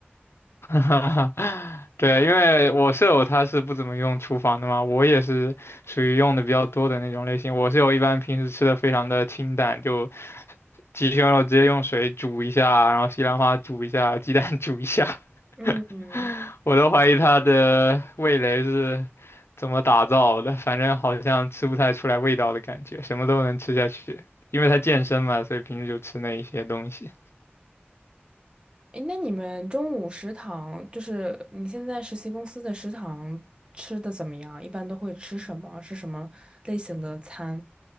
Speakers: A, on the left; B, on the right.
A: 哈哈哈，对，因为我舍友他是不怎么用厨房的嘛，我也是属于用的比较多的那种类型。我舍友一般平时吃的非常的清淡，就鸡胸肉直接用水煮一下，然后西兰花煮一下，鸡蛋煮一下，
B: 嗯，
A: <laughs> 我都怀疑他的味蕾是怎么打造的，反正好像吃不太出来味道的感觉，什么都能吃下去，因为他健身嘛，所以平时就吃那一些东西。
B: 诶，那你们中午食堂，就是你现在实习公司的食堂吃的怎么样？一般都会吃什么？是什么类型的餐？